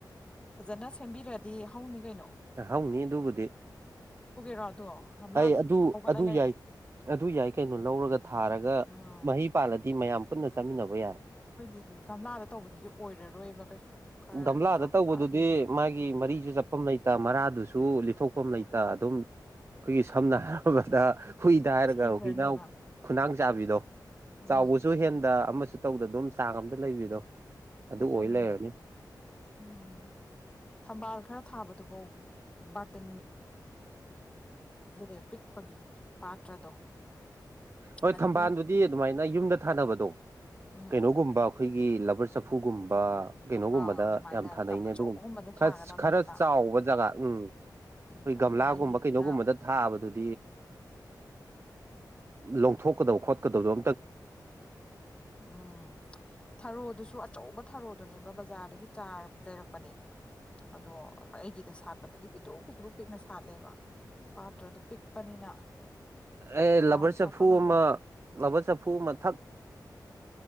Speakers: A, on the left; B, on the right.
A: ꯐꯖꯅ ꯁꯦꯝꯕꯤꯔꯗꯤ ꯍꯧꯅꯤ ꯀꯩꯅꯣ
B: ꯌꯥꯍꯪꯅꯤ ꯑꯗꯨꯕꯨꯗꯤ
A: ꯔꯣꯗꯣ ꯒꯝꯂꯥꯗ
B: ꯑꯩ ꯑꯗꯨ
A: ꯍꯧꯒꯠꯂ
B: ꯑꯗꯨ
A: ꯂꯩꯔꯦ
B: ꯌꯥꯏ ꯑꯗꯨ ꯌꯥꯏ ꯀꯩꯅꯣ ꯂꯧꯔꯒ ꯊꯥꯔꯒ
A: ꯎꯝ
B: ꯃꯍꯩ ꯄꯥꯜꯂꯗꯤ ꯃꯌꯥꯝ ꯄꯨꯟꯅ ꯆꯥꯃꯤꯟꯅꯕ ꯌꯥꯏ
A: ꯑꯩꯈꯣꯏꯗꯤ ꯒꯝꯂꯥꯗ ꯇꯧꯕꯗꯨꯗꯤ ꯑꯣꯏꯔꯔꯣꯏꯕ ꯀꯩꯁꯨ ꯈꯔ
B: ꯒꯝꯂꯥꯗ
A: ꯆꯥꯎꯈꯠꯂꯛꯑꯗꯤ
B: ꯇꯧꯕꯗꯨꯗꯤ ꯃꯥꯒꯤ ꯃꯔꯤꯁꯨ ꯆꯄꯝ ꯂꯩ ꯃꯔꯥꯗꯨꯁꯨ ꯂꯤꯊꯣꯛꯐꯝ ꯂꯩꯇ ꯑꯗꯨꯝ ꯑꯩꯈꯣꯏꯒꯤ ꯁꯝꯅ ꯍꯥꯏꯔꯕꯗ ꯍꯨꯏꯗ ꯍꯥꯏꯔꯒ
A: ꯁꯤꯈ꯭ꯔꯅꯦꯕ
B: ꯍꯨꯏꯅ ꯈꯨꯅꯥꯡ ꯆꯥꯕꯤꯗꯣ ꯆꯥꯎꯕꯁꯨ
A: ꯎꯝ
B: ꯍꯦꯟꯗ ꯑꯃꯁꯨꯡ ꯇꯧꯗ ꯑꯗꯨꯝ ꯆꯥꯡ ꯑꯝꯇ ꯂꯩꯕꯤꯗꯣ ꯑꯗꯨ
A: ꯑꯗꯨꯅꯦ
B: ꯑꯣꯏ ꯂꯩꯔꯅꯤ
A: ꯎꯝ ꯊꯝꯕꯥꯜ ꯈꯔ ꯊꯥꯕꯗꯨꯐꯥꯎ ꯇ ꯅꯦꯦ ꯄꯤꯛꯄꯒꯤ ꯄꯥꯇ꯭ꯔꯗꯣ
B: ꯍꯣꯏ
A: ꯑꯗꯒꯤ
B: ꯊꯝꯕꯥꯜꯗꯨꯗꯤ ꯑꯗꯨꯃꯥꯏꯅ ꯌꯨꯝꯗ ꯊꯥꯅꯕꯗꯣ
A: ꯎꯝ
B: ꯀꯩꯅꯣꯒꯨꯝꯕ ꯑꯩꯈꯣꯏꯒꯤ ꯂꯕꯔ ꯆꯐꯨꯒꯨꯝꯕ ꯀꯩꯅꯣꯒꯨꯝꯕꯗ
A: ꯑꯥ ꯑꯗꯨꯃꯥꯏꯅ
B: ꯌꯥꯝ ꯊꯥꯅꯩꯅꯦ
A: ꯇꯞ ꯑꯆꯧꯕꯒꯨꯝꯕꯗ
B: ꯑꯗꯨꯒ
A: ꯊꯥꯒꯗꯕꯅꯦꯕ
B: ꯈꯔ ꯆꯥꯎꯕ ꯖꯒꯥ ꯎꯝ ꯑꯩꯈꯣꯏ
A: ꯎꯝ
B: ꯒꯝꯂꯥꯒꯨꯝꯕ
A: ꯑꯗ ꯑꯩꯒꯤꯗꯨꯅ
B: ꯀꯩꯅꯣꯒꯨꯝꯕꯗ ꯊꯥꯕꯗꯨꯗꯤ ꯃꯥꯊꯣꯛꯀꯗ ꯈꯣꯀꯗꯗ꯭ꯔꯦ
A: ꯎꯝ ꯊꯔꯣꯗꯨꯁꯨ ꯑꯆꯧꯕ ꯊꯔꯣꯗꯨꯅꯦꯕ ꯕꯖꯥꯔꯗꯒꯤ ꯒꯤ ꯆꯥꯔ ꯂꯩꯔꯛꯄꯅꯦ ꯑꯗꯣ ꯑꯩꯒꯤꯗ ꯁꯥꯠꯄꯗꯗꯤ ꯄꯤꯛꯇ꯭ꯔꯨ ꯄꯤꯛꯇ꯭ꯔꯨ ꯄꯤꯛꯅ ꯁꯥꯠꯂꯦꯕ ꯄꯥꯇ꯭ꯔꯗꯨ ꯄꯤꯛꯄꯅꯤꯅ
B: ꯑꯦ
A: ꯆꯥꯎꯅ
B: ꯂꯕꯔ ꯆꯐꯨ
A: ꯁꯥꯠꯄ ꯉꯝꯗ꯭ꯔꯦ
B: ꯑꯃ ꯂꯕꯔ ꯆꯐꯨ ꯑꯃ ꯊꯛ